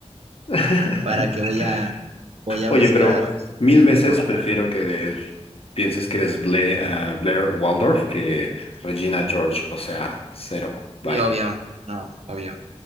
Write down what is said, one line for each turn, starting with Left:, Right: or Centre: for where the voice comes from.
Left: <laughs>
Right: ¿para qué voy a, voy a
Left: Oye,
Right: buscar
Left: pero mil veces
Right: otra?
Left: prefiero que pienses que eres Bla- ah, Blair Waldorf que Regina George. O sea, cero. Bye.
Right: Y obvio, no, obvio,